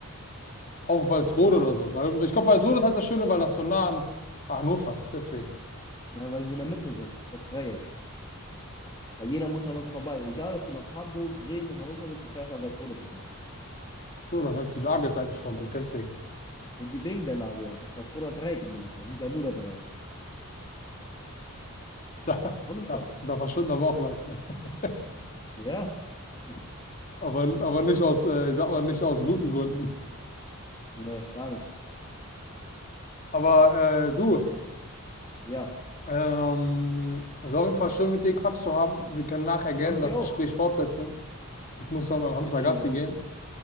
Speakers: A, on the left; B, on the left.
A: Auch Walsrode
B: Ja.
A: oder so, weil ich glaube, Walsrode ist halt das Schöne, weil das so nah an Hannover ist, deswegen.
B: Nein, weil wir in der Mitte sind, das Dreieck. Weil jeder muss an uns vorbei. Egal, ob du nach Hamburg, Bremen und Hannover willst, du fährst an Walsrode vorbei.
A: So, das heißt, die Lage ist eigentlich voll gut, deswegen. <laughs>
B: Die die- wegen der Lage ja. Das Walsroder Dreieck nennt man das ja. Wie Bermuda-Dreieck.
A: Da,
B: Ohne Spaß.
A: da, da verschwinden aber auch Leute. <laughs>
B: Ja. <laughs> Hm.
A: Aber, aber nicht aus, äh, ich sag mal, nicht aus guten Gründen.
B: Nee, gar nicht.
A: Aber äh, du.
B: Ja.
A: Ähm, es war auf jeden Fall schön, mit dir Quatsch zu haben. Wir können nachher gerne
B: Hör mit
A: das
B: dir auch.
A: Gespräch fortsetzen. Ich muss noch mit meinem
B: Klar,
A: Hamster
B: kriegen
A: Gassi
B: wir hin.
A: gehen.